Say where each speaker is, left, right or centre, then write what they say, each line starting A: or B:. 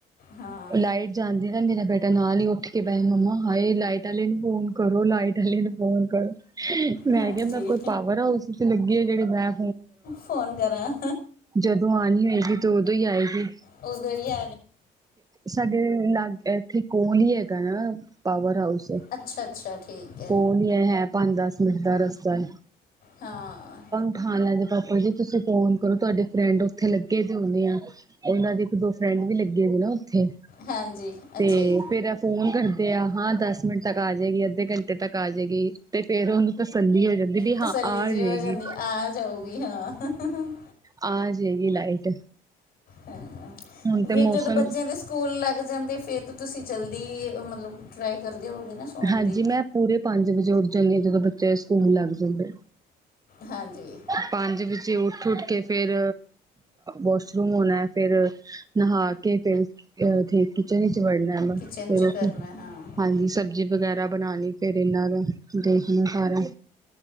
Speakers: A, on the left; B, on the right.
A: ਹਾਂ
B: ਲਾਈਟ ਜਾਂਦੀ ਏ ਨਾ, ਮੇਰਾ ਬੇਟਾ ਨਾਲ ਹੀ, ਉੱਠ ਕੇ ਬੈ, ਮੰਮਾ ਹਾਏ, ਲਾਈਟ ਵਾਲੇ ਨੂੰ ਫੋਨ ਕਰੋ। ਲਾਈਟ ਵਾਲੇ ਨੂੰ ਫੋਨ ਕਰੋ। ਮੈਂ,
A: ਹਾਂਜੀ
B: ਕਿਹਾਂਦਾ ਕੋਈ ਪਾਵਰ ਹਾਊਸ। ਤੁਸੀ, ਲੱਗੇ ਜਿਹੜੇ ਬੈ-
A: ਫੋਨ ਕਰਾਂ।
B: ਜਦੋਂ, ਆਉਣੀ ਹੋਏਗੀ। ਤੇ, ਉਦੋਂ ਹੀ ਆਏਗੀ।
A: ਉਹ ਵਧੀਆ?
B: ਸਾਡੇ, ਲਾਗੇ ਇੱਥੇ ਕੋਈ ਨੀ, ਹੈਗਾ ਨਾ, ਪਾਵਰ ਹਾਊਸ।
A: ਅੱਛਾ ਅੱਛਾ ਠੀਕ ਹੈ
B: ਕੋਲ ਹੀ, ਹੈ। ਪੰਜ, ਦਸ ਮਿੰਟ ਦਾ ਰਸਤਾ ਹੀ।
A: ਹਾਂ।
B: ਹਾਂਾਲਾਂ ਜੇ ਪਾਪਾ ਜੀ, ਤੁਸੀਂ ਫੋਨ ਕਰੋ, ਤੁਹਾਡੇ ਫਰੈਂਡ, ਉੱਥੇ ਲੱਗੇ ਦੇ ਹੁੰਣੇ ਆ। ਉਹਨਾਂ ਦੇ ਇੱਕ, ਦੋ ਫਰੈਂਡ ਵੀ, ਲੱਗੇ ਸੀ, ਨਾ। ਉੱਥੇ,
A: ਹਾਂਜੀ ਅੱਛਾ
B: ਤੇ
A: ਜੀ
B: ਫੇਰ। ਫੋਨ ਕਰਦੇ ਆ। ਹਾਂ, ਦਸ ਮਿੰਟ ਤੱਕ, ਆ ਜਾਏਗੀ। ਅੱਧੇ ਘੰਟੇ ਤੱਕ ਆ ਜਾਏਗੀ। ਤੇ ਫੇਰ, ਉਹਨੂੰ ਤਸੱਲੀ, ਹੋ ਜਾਂਦੀ ਵੀ, ਹਾਂ
A: ਤਸੱਲੀ
B: ਆ
A: ਜੀ
B: ਜਾਏਗੀ।
A: ਹੋ ਜਾਂਦੀ ਆ ਜਾਊਗੀ ਹਾਂ। ਹ- ਹਾਂ।
B: ਆ ਜਾਵੇਗੀ ਲਾਈਟ।
A: ਹਾਂ।
B: ਹੁਣ ਤੇ
A: ਫੇਰ
B: ਮੌਸਮ
A: ਜਦੋਂ ਬੱਚਿਆਂ ਦੇ। ਸਕੂਲ ਲੱਗ ਜਾਂਦੇ ਆ। ਫੇਰ ਤਾਂ ਤੁਸੀਂ ਜਲਦੀ, ਮਤਲਬ ਟਰਾਈ ਕਰਦੇ ਹੋ, ਗੇ ਨਾ। ਸੌਣ
B: ਹਾਂਜੀ।
A: ਦੀ
B: ਮੈਂ, ਪੂਰੇ ਪੰਜ ਵਜੇ ਉੱਠ ਜਾਂਦੀ ਹਾਂ। ਜਦੋਂ ਬੱਚੇ ਸਕੂਲ ਲੱਗ ਜਾਂਦੇ।
A: ਹਾਂਜੀ।
B: ਪੰਜ ਵਜੇ ਉੱਠ- ਉੱਠ ਕੇ। ਫੇਰ, ਵਾਸ਼ਰੂਮ ਹੋਣਾ ਹੈ। ਫਿਰ, ਨਹਾ ਕੇ ਫਿਰ ਉਥੇ ਕਿਚਨ ਵਿੱਚ ਵੜਨਾ ਵੈਂ,
A: ਕਿਚਨ
B: ਫਿਰ
A: ਚ
B: ਉਥੇ
A: ਕਰਨਾ ਹਾਂ
B: ਹਾਂਜੀ ਸ ਜੀ ਵਗੈਰਾ ਬਣਾਣੀ ਫੇਰ ਇਹਨਾਂ ਦਾ ਦੇਖਣਾ ਸਾਰਾ